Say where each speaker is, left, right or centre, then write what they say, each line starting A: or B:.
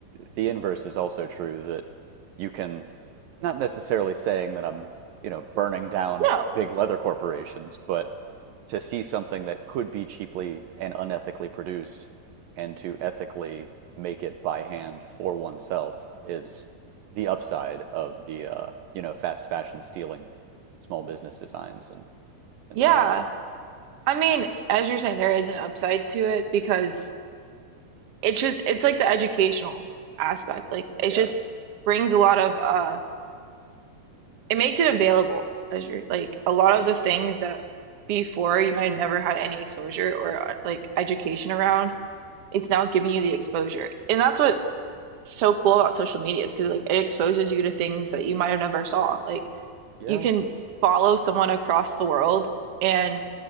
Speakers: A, on the right; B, on the right.
A: the inverse is also true that you can not necessarily saying that I'm, you know, burning down
B: No,
A: big leather corporations, but to see something that could be cheaply and unethically produced and to ethically make it by hand for oneself is the upside of the uh, you know, fast fashion stealing small business designs and and
B: yeah.
A: selling it off.
B: I mean, as you're saying, there is an upside to it because it's just it's like the educational aspect like it
A: Yeah.
B: just brings a lot of uh it makes it available as you're like a lot of
A: Yeah.
B: the things that before you might have never had any exposure or uh, like education around it's now giving you the exposure and that's what's so cool about social media is because like it exposes you to things that you might have never saw like
A: Yeah.
B: you can follow someone across the world and